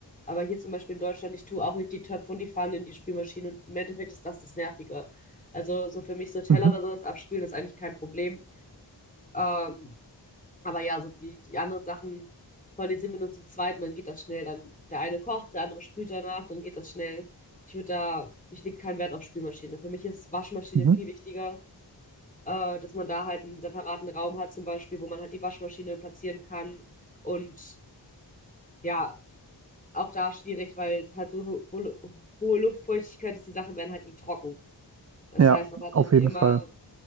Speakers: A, on the left (about 20°); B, on the right (about 40°).
A: Aber hier zum Beispiel in Deutschland, ich tue auch nicht die Töpfe und die Pfannen in die Spülmaschine. Und im Endeffekt ist das das Nervige. Also so für mich so Teller
B: Mhm.
A: oder sowas abspülen ist eigentlich kein Problem. Ähm, aber ja, so die, die anderen Sachen, vor allem sind wir nur zu zweit und dann geht das schnell. Dann der eine kocht, der andere spült danach, dann geht das schnell. Ich würde da, ich lege keinen Wert auf Spülmaschine. Für mich ist Waschmaschine
B: Mhm.
A: viel wichtiger äh, dass man da halt einen separaten Raum hat, zum Beispiel, wo man halt die Waschmaschine platzieren kann. Und ja, auch da schwierig, weil halt so ho ho hohe Luftfeuchtigkeit ist, die Sachen werden halt nie trocken. Das
B: Ja,
A: heißt, man hat
B: auf
A: irgendwie
B: jeden
A: immer
B: Fall.